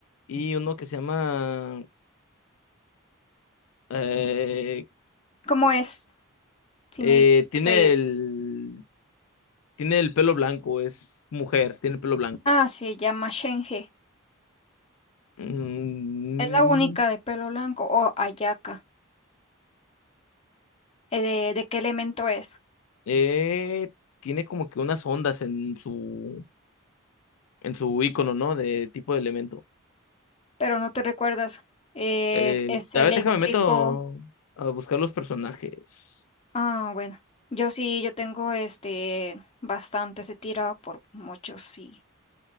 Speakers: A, on the left; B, on the left.
A: y uno que se llama eh,
B: ¿Cómo es? Si
A: eh,
B: me dices,
A: tiene
B: no te digo.
A: el tiene el pelo blanco, es mujer, tiene el pelo blanco.
B: Ah, se llama Shenge.
A: Mm,
B: Es la única de pelo blanco o ayaca. eh, de, de qué elemento es?
A: eh, tiene como que unas ondas en su en su icono, ¿no? De tipo de elemento.
B: Pero no te recuerdas. eh,
A: Eh,
B: es
A: a
B: eléctrico.
A: ver, déjame meto a buscar los personajes.
B: Ah, bueno. Yo sí, yo tengo este bastante, se tira por muchos, sí.